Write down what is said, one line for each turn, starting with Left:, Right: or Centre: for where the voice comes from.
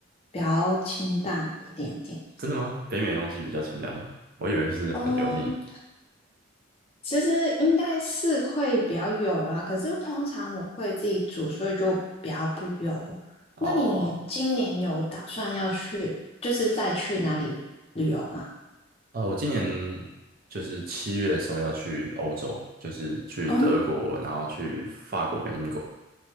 Left: 比较清淡一点点。
Right: 真的吗？北美的东西比较清淡吗？我以为是很油腻的
Left: 嗯，其实应该是会比较油啦，可是通常我会自己煮，所以就比较不油。
Right: 哦。
Left: 那你今年有打算要去，就是再去哪里旅游吗？
Right: 哦，我今年就是七月的时候要去欧洲，就是去德国，
Left: 哦，
Right: 然后去法国跟英国。